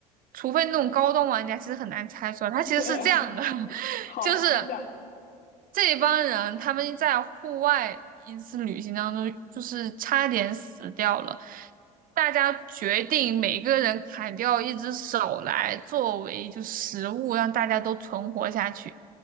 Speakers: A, on the right (about 45°); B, on the left (about 45°).
A: 除非那种高端玩家，其实很难猜出来。他其实是这样的，
B: 对啊，
A: <laughs>
B: 好，
A: 就是
B: 请讲。
A: 这一帮人他们在户外一次旅行当中，就是差点死掉了。大家决定每个人砍掉一只手来作为就食物，让大家都存活下去。